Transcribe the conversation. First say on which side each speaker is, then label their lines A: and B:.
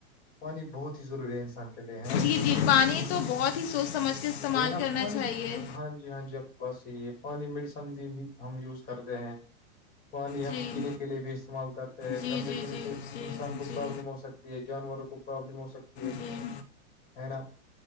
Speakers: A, on the left; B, on the left.
A: پانی بہت ہی ضروری ہے انسان کے لیے ہے نا <unintelligible>
B: ج جی پانی تو بہت ہی سوچ سمجھ کے استعمال
A: ا اپا
B: کرنا
A: نہیں
B: چاہیے
A: ہاں جی ہاں جی بس یہ پانی میڈیسن بھی بھی ہم یوز کر رہے ہیں پانی ہم
B: جی
A: پینے کے لیے بھی استعمال کرتے ہیں
B: جی
A: گندے
B: جی
A: پینے
B: جی
A: سے
B: جی
A: انسان کو
B: جی
A: پرابلم ہو سکتی یہ جانوروں کو پرابلم ہو سکتی ہے
B: جی
A: ہے نا